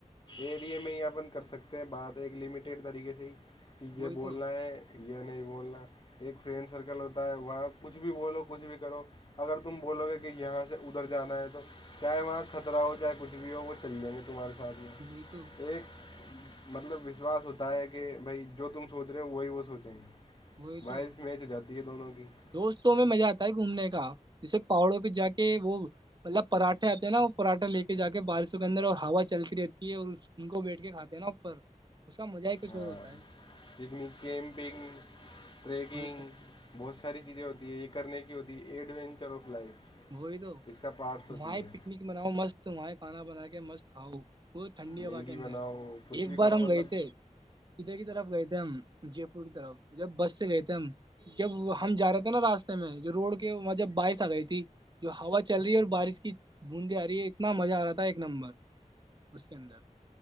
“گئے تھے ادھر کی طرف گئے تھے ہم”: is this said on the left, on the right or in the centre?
Right